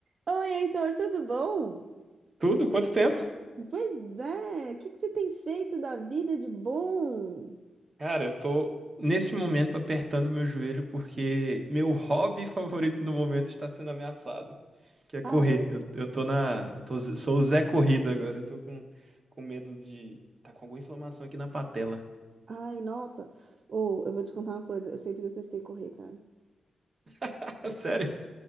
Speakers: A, on the right; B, on the right.
A: Oi, Heitor, tudo bom?
B: Tudo? Quanto tempo?
A: Pois é, o que que você tem feito da vida de bom?
B: Cara, eu tô nesse momento apertando meu joelho porque meu hobby favorito no momento está sendo ameaçado, que é correr.
A: Ah, é?
B: Eu, eu tô na, tô- sou o Zé Corrida agora. Eu tô com, com medo de tá com alguma inflamação aqui na patela.
A: Ai, nossa. Ou eu vou te contar uma coisa, eu sempre detestei correr, cara.
B: <laughs> Sério?